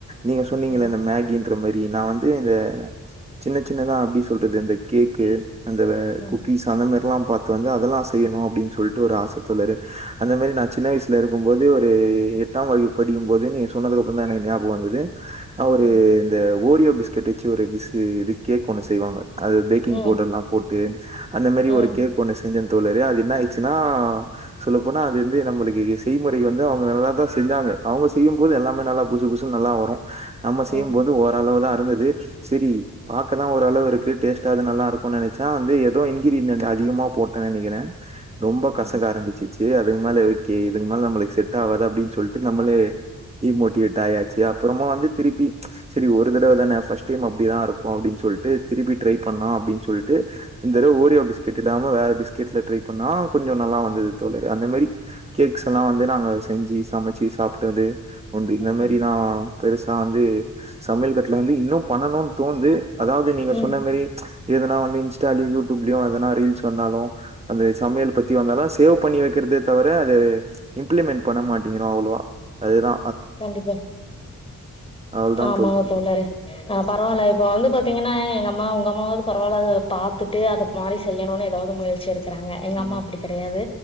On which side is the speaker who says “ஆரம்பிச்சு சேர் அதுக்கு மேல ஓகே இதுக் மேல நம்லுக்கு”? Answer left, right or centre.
Right